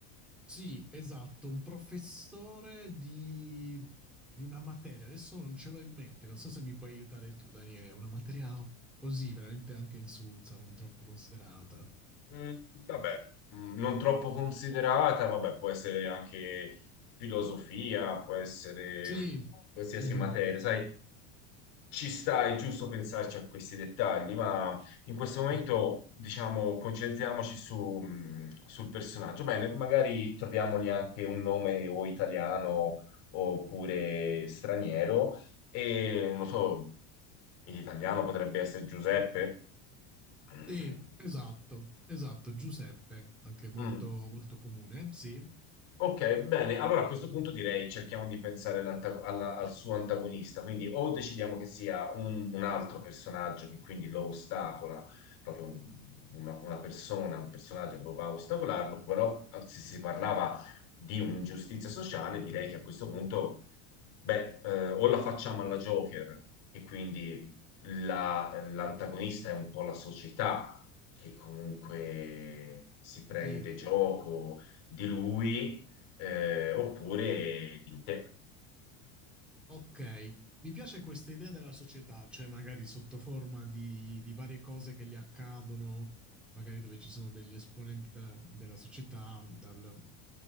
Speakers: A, in the centre; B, on the left.
A: Sì, esatto, un professore di, di una materia. Adesso non ce l'ho in mente, non so se mi puoi aiutare tu, Daniele. Una materia così, veramente anche insulsa, non troppo considerata.
B: Mm, vabbè, mm, non troppo considerata, vabbè, può essere anche filosofia, può essere
A: Sì,
B: qualsiasi
A: mhm,
B: materia, sai? Ci sta, è giusto pensarci a questi dettagli, ma in questo momento,
A: Sì,
B: diciamo, concentriamoci su, mh, sul personaggio. Bene, magari troviamogli anche un nome o italiano oppure straniero. E non so, in italiano potrebbe essere Giuseppe. Mm.
A: Sì, esatto, esatto. Giuseppe, anche molto,
B: Mm.
A: molto comune. Sì,
B: Ok, bene. Allora a questo punto direi cerchiamo di pensare all'anta- alla- al suo antagonista. Quindi o decidiamo che sia un, un altro personaggio che quindi lo ostacola, proprio un- una, una persona, un personaggio che va a ostacolarlo, però eh, se si parlava di un'ingiustizia sociale, direi che a questo punto Beh, eh, o la facciamo alla Joker, e quindi la- l'antagonista è un po' la società che comunque si prende
A: sì,
B: gioco di lui, eh, oppure di te.
A: Ok, mi piace questa idea della società, cioè magari sotto forma di, di varie cose che gli accadono, magari dove ci sono degli esponenti da- della società, dal,